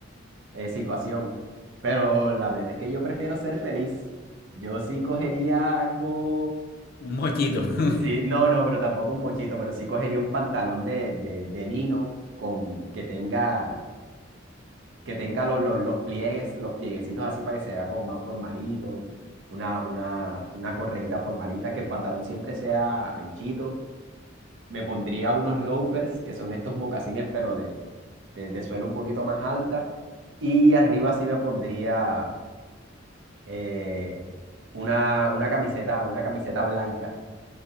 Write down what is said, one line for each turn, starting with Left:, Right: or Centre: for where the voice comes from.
Right: eh, situación. Pero la plena es que yo prefiero ser feliz. Yo sí cogería algo,
Left: Un mochito. <laughs>
Right: eh, sí, no, no, pero tampoco un mochito, pero sí cogería un pantalón de, de, de lino con que tenga, que tenga los, los, los pliegues, los plieguecitos así para que se vea como más formalito, una, una, una correíta formalita, que el pantalón siempre sea anchito. Me pondría unos loafers, que son estos mocasines, pero de, de, de suelo un poquito más alta. Y arriba sí me pondría eh, una, una camiseta, una camiseta blanca,